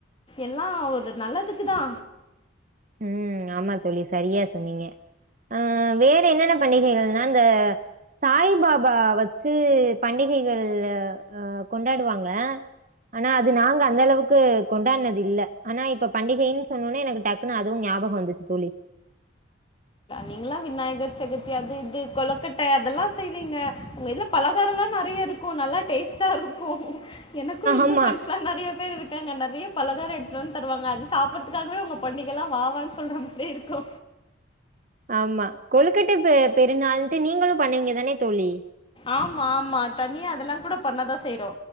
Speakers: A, on the left (about 25°); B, on the right (about 40°).
A: எல்லா ஒரு நல்லதுக்குதா
B: உம் ஆமா தோழி சரியா சொன்னீங்க அஹ் வேற என்னென்ன பண்டிகைகள்னா இந்த சாய் பாபா வச்சு பண்டிகைகள் அஹ் கொண்டாடுவாங்க ஆனா அது நாங்க அந்த அளவுக்கு கொண்டாடுனது இல்ல ஆனா இப்ப பண்டிகைன்னு சொன்னோனே எனக்கு டக் குனு அதுவு ஞாபகோ வந்துச்சு தோழி
A: நீங்களா விநாயகர் சதுர்த்தி அது இது கொலக்கட்ட அதெல்லா செய்வீங்க உங்க இதுல பலகாரம்லா நெறைய இருக்கு நல்லா டேஸ்ட்டா இருக்கு எனக்கு இந்து
B: ஆமா
A: ஃபிரெண்ட்ஸ்லா நெறைய பேர் இருக்காங்க நெறைய பலகாரம எடுத்துட்டுவந்து தருவாங்க அது சாப்பிடறதுக்காகவே உங்க பண்டிகைல்லா வா வான் சொல்ற மாரியே இருக்கு
B: ஆமா கொழுக்கட்ட பெருநாள்ன்ட்டு நீங்களு பண்ணுவீங்க தானே தோழி
A: ஆமா ஆமா தனியா அதெல்லா கூட பண்ணதா செய்யறோ